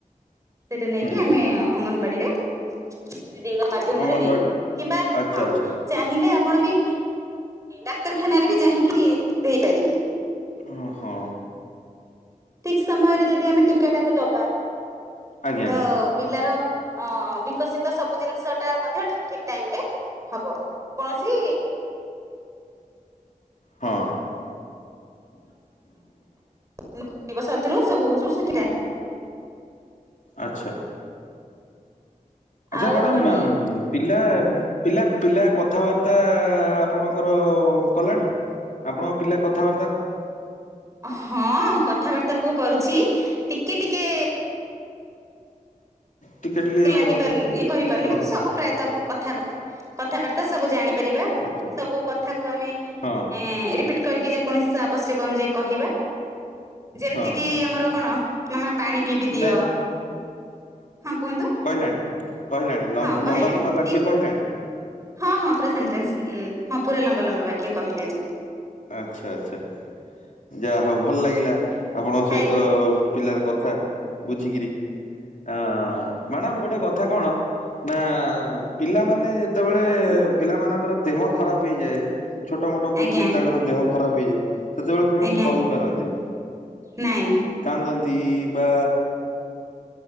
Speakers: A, on the right (about 20°); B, on the left (about 60°).
A: ସେଇଟା ନେଇକି
B: ହୁଁ
A: ଆମେ ଗାଡି ରେ ଦିଦିଙ୍କ ମାଧ୍ୟମରେ
B: ଅଙ୍ଗନବାଡି
A: ଦେଇ ଦଉ କିମ୍ବା
B: ଆଚ୍ଛା
A: ହଁ
B: ଆଚ୍ଛା
A: ଚାହିଁଲେ ଆପଣ ବି ଡାକ୍ତରଖାନାରେ ବି ଯାଇକି ଦେଇପାରିବେ।
B: ଓ ହୋ।
A: ଠିକ ସମୟରେ ଯଦି ଆମେ ଟିକାଟାକୁ ଦବା
B: ଆଜ୍ଞା
A: ତ ପିଲାର ଅ ବିକଶିତ ସବୁ ଜିନିଷ ଟା ମଧ୍ୟ ଠିକ ଠିକ ଟାଇମ ରେ ହବ, କୌଣସି
B: ହଁ।
A: <unintelligible> ସାଥିରୁ ସବୁ <unintelligible> ସେଠି ଟା
B: ଆଚ୍ଛା। ଆଛା
A: ଆଉ
B: ମ୍ୟାଡ଼ାାମ
A: କଣ କି
B: ପିଲା ପିଲା ପିଲା କଥାବାର୍ତ୍ତା ଆପଣଙ୍କର କଲାଣି ଆପଣଙ୍କ ପିଲା କଥାବା
A: ହଁ କଥାବାର୍ତ୍ତା ପୁଅ କରୁ ଚି ଟିକେ ଟିକେ
B: ଟିକେ ଟିକେ ହଁ
A: ଲାଗି ପାରୁନି ଇଏ କରିପାରୁନି କିନ୍ତୁ
B: ହଁ
A: ସବୁ ପ୍ରାୟତଃ କ ଥାବାର୍ତ୍ତା କଥାବାର୍ତ୍ତା ସବୁ ଜାଣି ପାରିବା
B: ଆଚ୍ଛା।
A: ସବୁ କଥାକୁ ଆମେ
B: ହଁ
A: ଏଁ ରି ପିଟ କରିକି ଯେକୌଣସି ଆବଶ୍ୟକ ଅନୁଯାୟୀ କହିବା ଯେମିତି
B: ହଁ
A: କିି ଆମର କଣ ମାମା ପାଣି ପିଇବି ଦିଅ।
B: ନାଇଁ
A: ହଁ କୁହନ୍ତୁ।
B: କହିଲାଣି କହିଲାଣି ଲ-ଲମ୍ବା
A: ହଁ କହିଲାଣି
B: ଲମ୍ବା ବାକ୍ୟ
A: କି
B: କହିଲାଣି?
A: ହଁ ହଁ ପୁରା ସେଟେନ୍ସ ହଁ ପୁରା ଲମ୍ବା ଲମ୍ବା ବାକ୍ୟ କହିଲାଣି।
B: ଆଚ୍ଛା ଆଚ୍ଛା ଯାହା ହୋଉ ଭଲ ଲାଗିଲା। ଆପଣଙ୍କ
A: ଖାଇ
B: ସହିତ ପିଲାର କଥା ବୁଝିକିରି ଆ ମ୍ୟାଡାମ୍ ଗୋଟେ କ ଥା କଣ ନାଁ ପିଲାମାନେ ଯେ ଯେତବେଳେ
A: ହଁ
B: ପିଲାମାନଙ୍କର ଦେହ ଖରାପ ହେଇଯାଏ। ଛୋଟ ମୋଟ କିଛିି
A: ଆଜ୍ଞା
B: ଖରାପ ହେଇଯାଏ ସେତେବେଳେ ସେମାନେ
A: ଆଜ୍ଞା
B: କହିପାରନ୍ତିନି
A: ନାଇଁ
B: କାନ୍ଦନ୍ତି। ଦି ବା